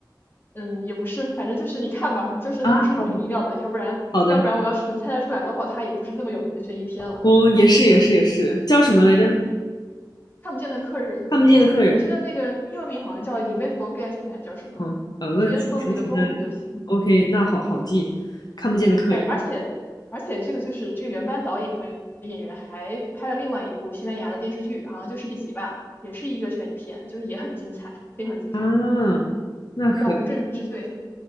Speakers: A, on the left (about 30°); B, on the left (about 60°).
A: 嗯，也不是，反正就是你看吧，就是很出乎你意料的，
B: 啊，好好
A: 要不然要不然我要是能猜得出来的话，
B: 好的，
A: 它也不是这么有名的悬疑片了。
B: 哦，也是也是也是，叫什么来着？
A: 看不见的客人，
B: 看不见的客人。
A: 我记得那个英文名好像叫《Invisible Guest》还叫什么，
B: 嗯，呃，
A: 你直接搜那个中文名就行。
B: 那纯纯的，OK，那好好记，看不见的客人。
A: 哎，而且而且这个就是这个原班导演和演员还拍了另外一部西班牙的电视剧，好像就十几集吧，也是一个悬疑片，就是也很精彩，非常精彩，
B: 啊，那可以。
A: 叫《无证之罪》。